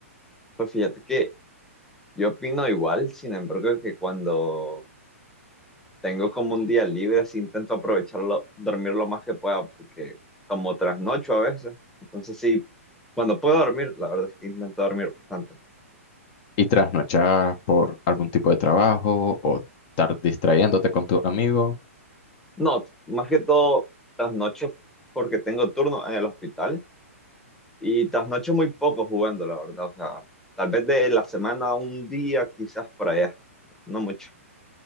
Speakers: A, in the centre; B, on the left.
A: Pues fíjate que yo opino igual, sin embargo, que cuando tengo como un día libre, sí intento aprovecharlo, dormir lo más que pueda, porque como trasnocho a veces. Entonces sí, cuando puedo dormir, la verdad es que intento dormir bastante.
B: y trasnochar por algún tipo de trabajo o estar distrayéndote con tus amigos.
A: No, más que todo trasnocho porque tengo turno en el hospital. Y trasnocho muy poco jugando, la verdad. O sea, tal vez de la semana un día, quizás por allá. No mucho.